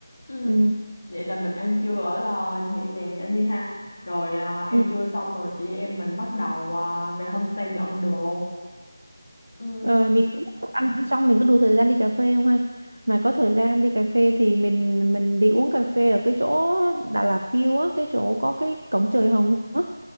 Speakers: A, on the left; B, on the right.
A: ừ.
B: ừ.
A: vậy là mình ăn trưa ở đó nhẹ nhàng đã đi ha rồi ờ, ăn
B: ừ.
A: trưa xong rồi chị em mình bắt đầu ờ, về homestay dọn đồ ừ.
B: Ờ, mình cũng ăn ăn xong mình có đủ thời gian đi cà phê không ha? Mà có thời gian đi cà phê thì mình mình đi uống cà phê ở cái chỗ Đà Lạt View á, cái chỗ có cái cổng trời hồng á.